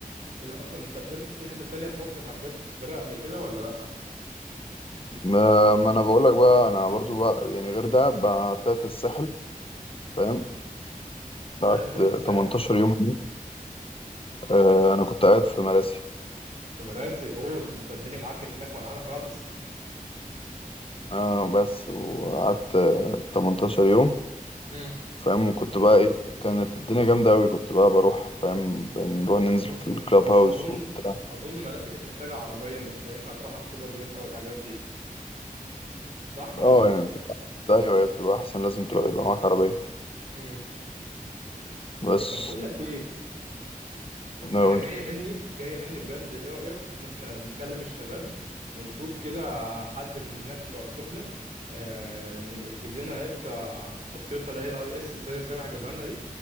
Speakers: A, on the right; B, on the left.
A: اللي اصلا سافرت في حته تانيه في مصر حبيت تسافرها قبل كده ولا لا؟
B: ما, ما انا بقول لك بقى انا برضو بقى يعني غير ده بقى طلعت الساحل فاهم قعدت
A: طلعت فين في الساحل
B: 18 يوم هناك آه انا كنت قاعد في مراسي
A: في مراسي اوه ده انت الدنيا معاك كانت هناك ولعانه خالص
B: آه بس وقعدت آه، 18 يوم
A: امم
B: فاهم وكنت بقى ايه كانت الدنيا جامدة أوي كنت بقى بروح فاهم بنروح ننزل
A: كنت
B: في
A: بس
B: الكلاب
A: بس
B: هاوس
A: اظن
B: وبتاع
A: اظن مراسي كانت محتاجه عربيه مش هينفع تروحها بسوبر جيت او الحاجات دي صح
B: اه
A: ولا ايه
B: يعني بتبقى أيوة هي بتبقى أحسن لازم تروح يبقى معاك عربية
A: امم
B: بس
A: طب بقول لك ايه
B: أنا
A: انا
B: أقول
A: جايه
B: إيه؟
A: مني جايه مني بجد ايه رايك ان احنا نكلم الشباب ونشوف كده حد من هناك بتوع السخنه آه، ن- يجيب لنا يا اسطى التويوتا اللي هي الاي اس زي سامح جابها لنا دي